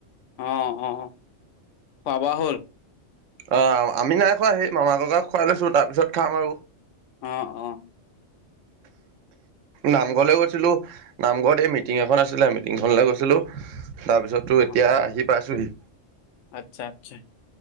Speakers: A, on the left; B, on the right.
A: অ অ খাবা হ'ল
B: অ আমি নাই খোৱা আহি মামা ককাক খুৱাই লৈছো তাৰপিছত খাম আৰু
A: অ অ
B: নামঘৰলৈ গৈছিলো নামঘৰত এই মিটিং এখন আছিলে আমি িংখনলৈ গৈছিলোঁ তাৰপিছতো
A: অ
B: এতিয়া আহি পাইছোঁহি
A: আচ্ছা আচ্ছা